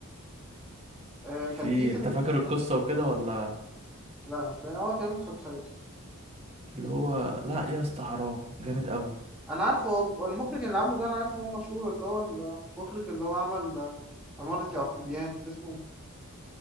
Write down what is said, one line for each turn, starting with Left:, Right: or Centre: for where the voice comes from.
Centre: آه
Right: في
Centre: كان في فيلم
Right: انت فاكر
Centre: آه
Right: القصة وكده ولا
Centre: لا مش فاكر هو تقريبا متفرجتش عليه أصلا.
Right: اللي هو لا يا اسطى حرام جامد قوي
Centre: أنا عارفه هو المخرج اللي عامله ده أنا عارف إن هو مشهور اللي هو المخرج اللي هو عمل آه، عمارة يعقوبيان كان اسمه إيه؟